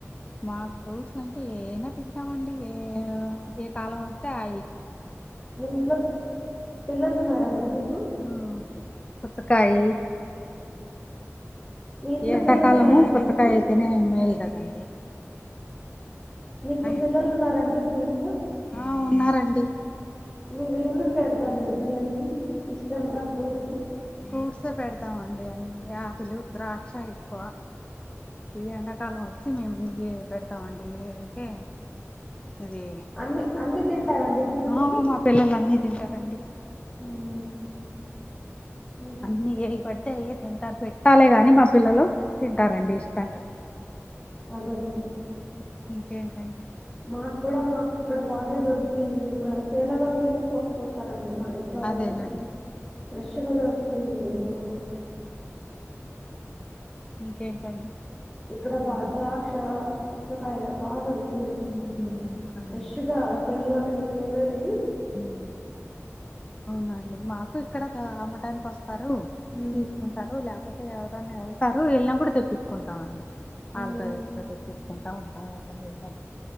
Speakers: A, on the left; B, in the centre.
A: మాకు ఫ్రూట్స్ అంటే ఏమైనా తింటామండి ఏ ఏ కాలం వస్తే అవి
B: మీ ఇంట్లో పిల్లలు ఉన్నారండి మీ
A: హా పుచ్చకాయి
B: మీ ఇంట్లో
A: ఎండాకాలము
B: పిల్లలు ఉన్నారండి
A: పుచ్చకాయ
B: మీకు
A: అయితేనే మేల్ కదండి
B: మీకు
A: అందు
B: పిల్లలు ఉన్నారం వీ మింట్లో
A: ఆ ఉన్నారండి
B: మీరు ఏ మేమ్ పెడుతారంండి పిల్లలకి ఇష్టంగా ఫ్రూట్స్
A: ఫూట్స్ పెడతామండి అన్ని ఆప్పిలు ద్రాక్ష పో ఈ ఏండా తాలం వచ్చి మేము ఈయె పెడతా మండి ఏ అంటే ఇది
B: అన్ని అన్ని తింటారండి మీ పిల్లలు
A: ఆహా మా పిల్లలు అన్నీ తింటారండి
B: మ్మ్. మ్మ్.
A: అన్ని ఏయి పడితే అయ్యే తింటారు పెట్టాలెగాని మా పిల్లలు తింటారండి ఇష్టంగా
B: అదేనండి
A: ఇంకేంటండి
B: మాక్ కూడా ఇక్కడ బానే దొరికితియండి చేలల్లోకు వెళ్ళి కోసుకొస్తారండి మ ఇంట్లో
A: అదేనండి
B: వాళ్ళు ఫ్రెష్ గ దొరుకుతయ్ తినకు
A: ఇంకేటండి
B: ఇక్కడ బా ద్రాక్ష పుచ్చకాయ బాగ దొరుకతీయండి మాకు ఇక్కడ
A: ఉమ్ అదేనండి
B: ఫ్రెష్గా చెల్లోనే చేలో ఎల్లీ
A: హుమ్ అవునండి మాకు ఇక్కడ అమ్మటానికి వస్తా పరు
B: ఉమ్,
A: తీసుకుంటారు ల్యాపోతే ఎవరనా వె సరు వెళ్ళినప్పుడు తెప్పించుకుంటాం అండి ఆళ్తో
B: ఉమ్,
A: చెపై తిట్టించుకుంటం ఆ మొన్న ఎల్లాం